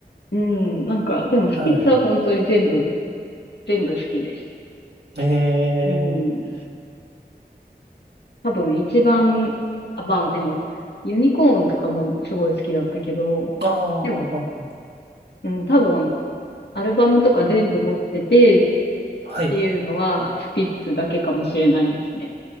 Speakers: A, on the left; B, on the right.
A: うん、なんか、でもスピッツは本当に全部、
B: はい。
A: 全部好きです。
B: ええ
A: うん、多分一番、あ、まあでも、ユニコーンとかもすごい好きだったけど、
B: ああ、
A: でも、うん、多分、アルバムとか全部持ってて、っ
B: はい。
A: ていうのは、スピッツだけかもしれないですね。